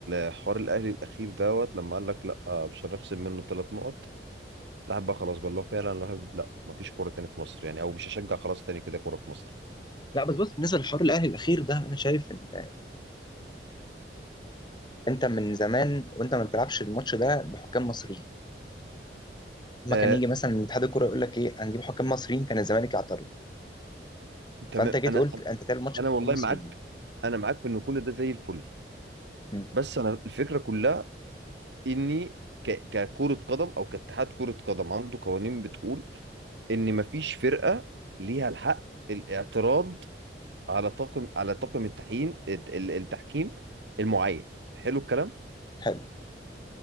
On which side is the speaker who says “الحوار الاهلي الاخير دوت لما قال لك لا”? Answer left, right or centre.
Right